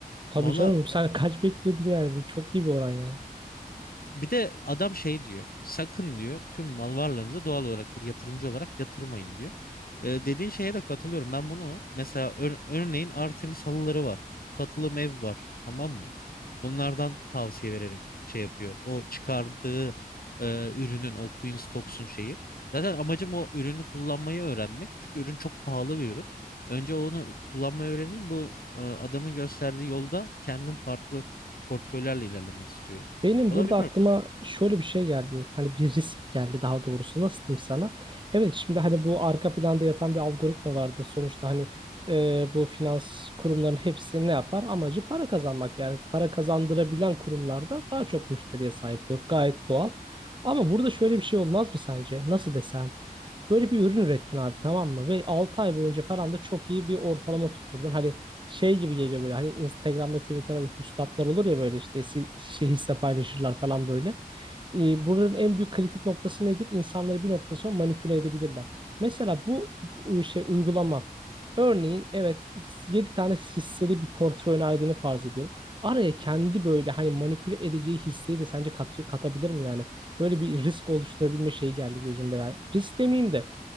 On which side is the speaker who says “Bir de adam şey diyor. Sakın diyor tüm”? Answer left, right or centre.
Left